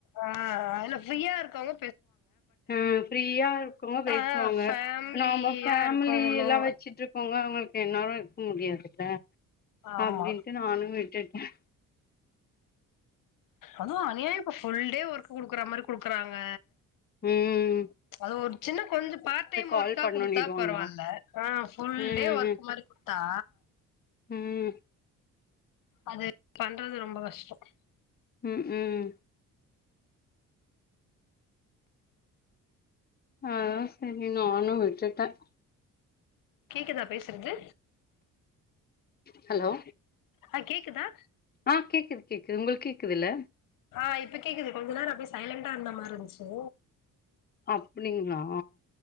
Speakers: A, on the left; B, on the left.
A: ஆஹ் அதல்ல ஃப்ரீயா இருக்காங்க
B: அஹ் ஃப்ரீயா இருக்கங்க பேசுவாங்க
A: ஆ ஃபேமிலியா
B: நாம ஃபேமிலி
A: இருக்கவங்களோ
B: எல்லாம் வச்சுட்டு இருக்கங்க அவங்களுக்கு என்னாலும் இருக்க முடியாதுல்ல
A: ஆமா
B: அப்படின்னு நானும் விட்டுட்டேன்
A: அதுவும் அனியா இப்ப புல் டே ஒர்க் குடுக்குற மாதிரி குடுக்குறாங்க
B: உஹம்
A: அது ஒரு சின்ன கொஞ்சம் பார்ட் டைம்
B: கால்
A: ஒர்க்கா
B: பண்ணணுனிடுவாங்களா
A: குடுத்தா பரவாயில்ல ஆஹ் ஃபுல்
B: ம்
A: டே வொர்க் சொல்லிகொடுத்தா
B: உம்
A: அது பண்றது ரொம்ப கஷ்டம்
B: உம் உம் ஆஹ் சரி நானும் விட்டுட்டேன்
A: கேக்குதா பேசுறது
B: ஹலோ
A: ஆஹ் கேக்குதா
B: ஆஹ் கேக்குது கேக்குது உங்க கேக்குது இல்ல
A: ஆஹ் இப்ப கேக்குது கொஞ்ச நேரம் அப்படி சைலண்டா இருந்த மாதிரி இருந்துச்சு
B: அப்படிங்களா